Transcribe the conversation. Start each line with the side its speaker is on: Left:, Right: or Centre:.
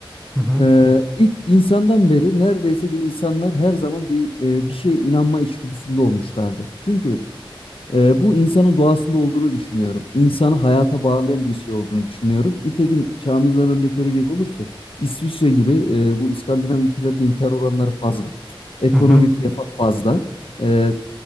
Centre: Hı hı.
Left: Ee, ilk insandan beri neredeyse bir insanlar her zaman bir e, bir şeye inanma içgüdüsünde olmuşlardı. Çünkü Ee, bu insanın doğasında olduğunu düşünüyorum. İnsanı hayata bağlayan bir şey olduğunu düşünüyorum. Nitekim çağımızdan örnek verecek olursak İsviçre gibi e, bu İskandinav ülkelerinde intihar oranları fazla. Ekonomik
Centre: Hı hı.
Left: refah fazla. Ee,